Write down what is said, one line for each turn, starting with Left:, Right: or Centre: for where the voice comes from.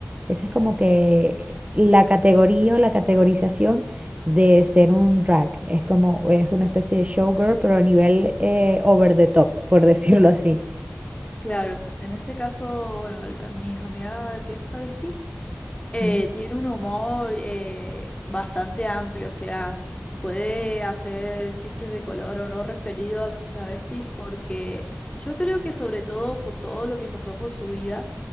Right: esa es como que la categoría o la categorización de ser un drag. Es como, es una especie de showgirl, pero a nivel eh, over the top, por <laughs> decirlo así.
Left: claro. En este caso, bueno, la- mi amiga que es travesti eh,
Right: Mm.
Left: tiene un humor eh, bastante amplio, o sea, puede hacer chistes de color o no referido a los travestis porque yo creo que sobre todo por todo lo que pasó por su vida,